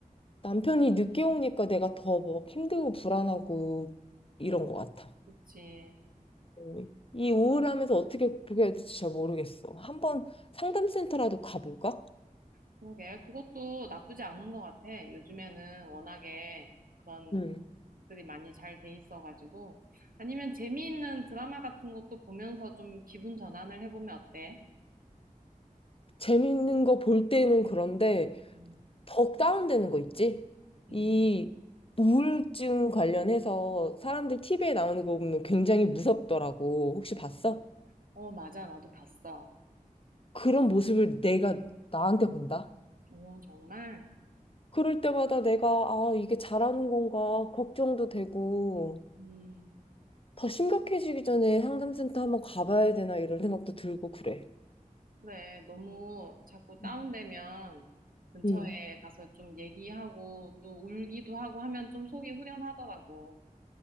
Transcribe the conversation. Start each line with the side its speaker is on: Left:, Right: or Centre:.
Left: 남편이 늦게 오니까 내가 더 막 힘들고 불안하고 이런 것 같아.
Right: 그치.
Left: 어, 이 우울함에서 어떻게 그게 될지 잘 모르겠어. 한번 상담센터라도 가볼까?
Right: 그러게. 그것도 나쁘지 않은 것 같아. 요즘에는 워낙에 그런
Left: 응.
Right: 것들이 많이 잘 돼 있어가지고. 아니면 재미있는 드라마 같은 것도 보면서 좀 기분 전환을 해보면 어때?
Left: 재밌는 거 볼 때는 그런데
Right: 음.
Left: 더 다운되는 거 있지?
Right: 음.
Left: 이 우울증 관련해서 사람들 TV에 나오는 거 보면 굉장히 무섭더라고. 혹시
Right: 어,
Left: 봤어?
Right: 어, 맞아. 나도 봤어.
Left: 그런 모습을 내가 나한테 본다?
Right: 어, 정말?
Left: 그럴 때마다 내가 아, 이게 잘하는 건가 걱정도 되고
Right: 음,
Left: 더 심각해지기 전에 상담센터 한번 가봐야 되나 이런 생각도 들고 그래.
Right: 그래. 너무 자꾸 다운되면
Left: 음.
Right: 근처에
Left: 음.
Right: 가서 좀 얘기하고 또 울기도 하고 하면 좀 속이 후련하더라고.